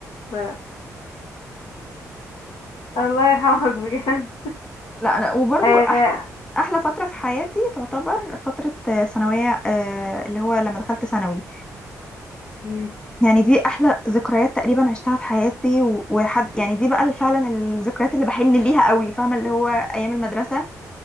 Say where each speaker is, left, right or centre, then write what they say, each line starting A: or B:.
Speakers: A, on the left; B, on the left.
A: ف... الله يرحمك <laughs> بجد
B: لا انا وبرضو
A: آه...
B: احلى احلى فتره في حياتي تعتبر فتره آه، ثانويه آه، اللي هو لما دخلت ثانوي
A: مم،
B: يعني دي احلى ذكريات تقريبا عشتها في حياتي و- وحد يعني دي بقى فعلا الذكريات اللي بحن ليها قوي فاهمه اللي هو ايام المدرسه